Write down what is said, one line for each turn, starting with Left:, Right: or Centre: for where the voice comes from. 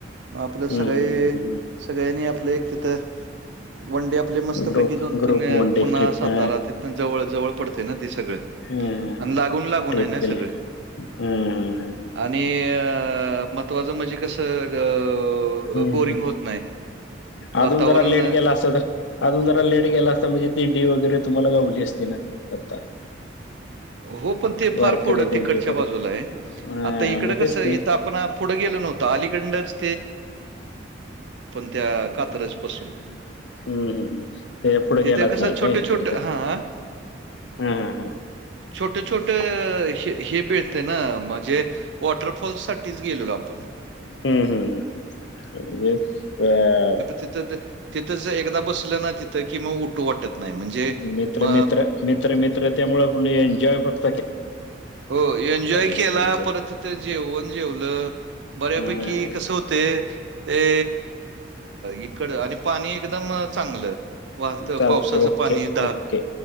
Right: म आपलं
Left: हम्म
Right: सगळे
Left: हम्म हम्म हम्म
Right: सगळ्यांनी आपलं एक तिथं. वन डे आपले
Left: हम्म.
Right: मस्तपैकी
Left: ग्रुप
Right: दोन
Left: group
Right: तीन
Left: one day
Right: Pune
Left: trip
Right: सातारा
Left: हा
Right: तिथन जवळचं जवळ पडते ना ते सगळं
Left: हा हा
Right: आन
Left: हा
Right: लागून लागून
Left: ट्रिप
Right: हाये ना
Left: केले
Right: सगळं.
Left: हा हा हा
Right: आणि अ महत्वाच म्हंजे कसं ग
Left: हम्म
Right: अ बोरिंग होत नाय
Left: अजून
Right: वातावरण
Left: जरा <unintelligible> अजून जरा लेट गेला असतां म्हणजे दिंडी वगैरे तुम्हांला गावली असती ना आता.
Right: हो पण ते
Left: वारकरी
Right: फार फुढ
Left: दिंडी
Right: तिकडच्या
Left: करत
Right: बाजूला हाय
Left: हा
Right: आता इकडं
Left: मग तेच
Right: कसं
Left: की
Right: इथं आपणं पुढं गेलं नव्हतो अलीकंडच त्या
Left: हम्म
Right: कात्रजपासून.
Left: हम्म हम्म. ते पुढे गेलाच
Right: तिथे कसं
Left: नाही
Right: छोटं-छोटं
Left: काय तिकडे ते
Right: हां,
Left: हां हां हां.
Right: छोट छोट हे हे मिळतें ना म्हंजे वॉटरफॉल्स साठीच गेलेलो आपणं.
Left: हम्म हम्म हम्म म्हंजे अ
Right: तिथ तिथंच एक. बसलं ना तिथ कि मग उटू वाटत नाही म्हणजे
Left: मित्र
Right: म
Left: मित्र मित्र मित्र त्यामुळे प एन्जॉय करत.
Right: हो एन्जॉय
Left: नुसतं
Right: केला
Left: म्हणजे
Right: परत तथं जेवण जेवलं. बऱ्यापैकी
Left: अ,
Right: कस होते. हे इकड आणि पाणी एकदम चांगलं. वाहत
Left: चालते
Right: पावसाचं
Left: ओके
Right: पाणी द.
Left: ओके